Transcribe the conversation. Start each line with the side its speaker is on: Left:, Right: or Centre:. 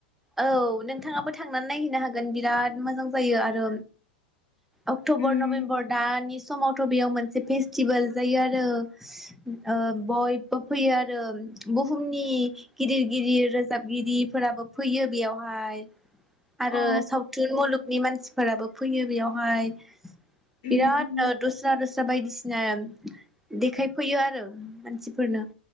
Centre: औ नोंथाङाबो थांनानै नायहैनो हागोन बिराद मोजां जायो आरो अक्टबर
Left: उम
Centre: नभेम्बर दानि समावथ' बेयाव मोनसे फेस्टिबोल जायो आरो ओ बयबो फैयो आरो बुहुमनि गिदिर गिदिर रोजाबगिरिफोराबो सब फैयो बेयावहाय आरो
Left: अ
Centre: सावथुन मुलुगनि मानसिफो फोराबो फैयो बेयावहाय
Left: उम
Centre: बिराद
Left: उम
Centre: ओ दस्रा दस जा बायदिसिना देखायफैयो आरो मानसिफोरनो